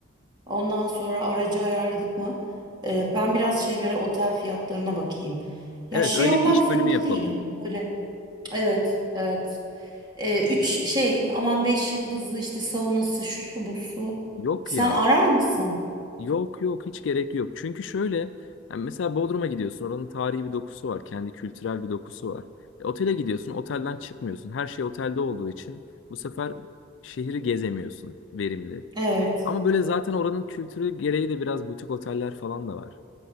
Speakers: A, on the right; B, on the left.
A: Ondan sonra aracı ayarladık mı? Ee, ben biraz şeylere otel fiyatlarına bakayım. Ya
B: Evet
A: şey
B: öyle
A: olmak
B: bir iş
A: zorunda
B: bölümü yapalım.
A: değil. Hani böyle. Evet, evet. Ee, üç şey aman beş yıldızlı işte saunası şusu busu.
B: Yok
A: Sen
B: ya
A: arar mısın?
B: Yok yok hiç gerek yok. Çünkü şöyle yani mesela Bodrum'a gidiyorsun oranın tarihi bir dokusu var. Kendi kültürel bir dokusu var. E, otele gidiyorsun otelden çıkmıyorsun. Her şey otelde olduğu için bu sefer şehri gezemiyorsun verimli.
A: Evet.
B: Ama böyle zaten oranın kültürü gereği de biraz butik oteller falan da var.